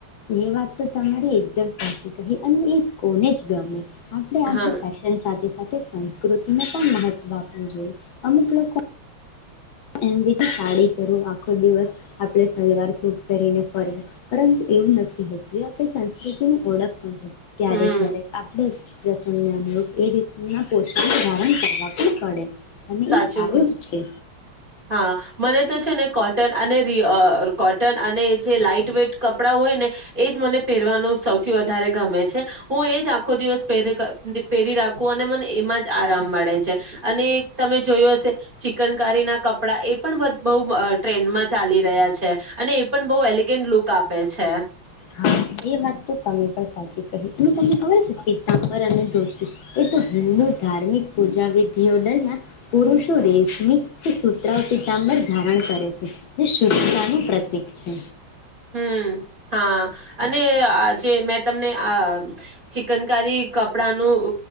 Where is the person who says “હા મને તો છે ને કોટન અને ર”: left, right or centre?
Right